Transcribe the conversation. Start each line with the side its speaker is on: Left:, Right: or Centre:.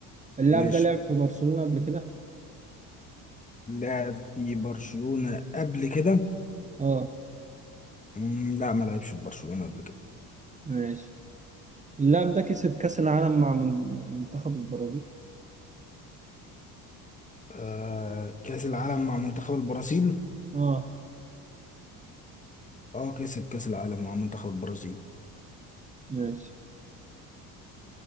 Right: اللاعب
Left: ماشي
Right: ده لعب في برشلونة قبل كده
Left: لعب في برشلونة قبل كده
Right: اه
Left: مم، لا ما لعبش في برشلونة قبل كده
Right: ماشي اللاعب ده كسب كأس العالم مع من- منتخب البرازيل
Left: آه كأس العالم مع منتخب البرازيل
Right: اه
Left: اه كسب كأس العالم مع منتخب البرازيل
Right: ماشي